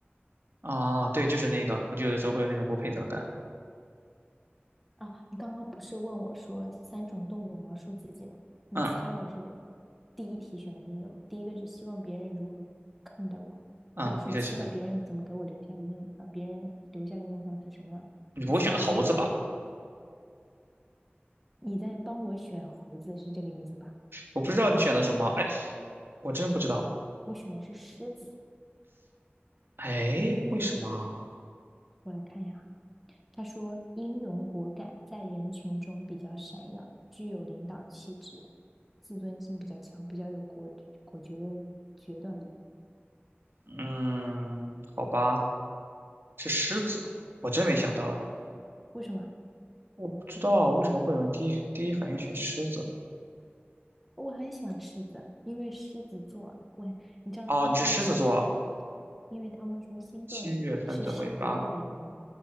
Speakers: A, on the right; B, in the centre.
A: <laughs> 啊，对，就是那个，我就有的时候会有那种不配得感。
B: 啊，你刚刚不是问我说三种动物描述自己吗？你猜我是
A: 嗯
B: 第一题选的是什么？第一个是希望别人如何看待我，
A: 嗯，
B: 或者说期待别人怎么给我留下的印啊，
A: 你是选的，
B: 别人留下的印象是什么样的？
A: 你不会选的猴子吧？
B: 你猜我选哪一个？你在帮我选猴子是这个意思吧？
A: 我不知道你选的什么，哎，我真不知道。
B: 我选的是狮子，
A: 哎，为什么？
B: 我来看一下啊，他说英勇果敢，在人群中比较闪耀，具有领导气质，自尊心比较强，比较有果果决的决断力。
A: 嗯，好吧，是狮子，我真没想到，哎，
B: 为什么啊？
A: 我不知道为什么会有人第一第一反应选狮子。
B: 我很喜欢狮子，因为狮子座，我你知道他们说星座，
A: 哦，你是狮子座啊。
B: 因为他们说星座里是狮子座的人，
A: 七月份的尾巴。